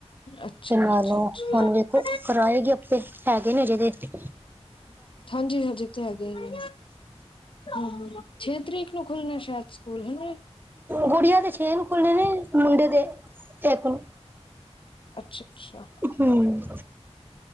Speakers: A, on the left; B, on the right.
A: ਅੱਛਾ
B: ਤੇ ਨਾਲੋ
A: ਜੀ ਅੱਛਾ ਅੱਛਾ
B: ਉਨੇ ਕਰਾਏ ਜੇ ਹੈਗੇ ਨੇ ਜਿਹੜੇ ਤੇ
A: ਹਾਂਜੀ ਹਾਂਜੀ ਤੇ ਹੈਗੇ ਨੇ ਹੂੰ, ਛੇ ਤਰੀਕ ਨੂੰ ਖੁੱਲਣੇ ਸ਼ਾਇਦ ਸਕੂਲ ਹੈਨਾ।
B: ਗੁੜੀਆ ਦੇ ਛੇ ਨੂੰ ਖੁਲਣੇ ਨੇ ਮੁੰਡੇ ਦੇ ਇੱਕ ਨੂੰ
A: ਅੱਛਾ ਅਛ ਅੱਛਾ
B: ਹੂੰ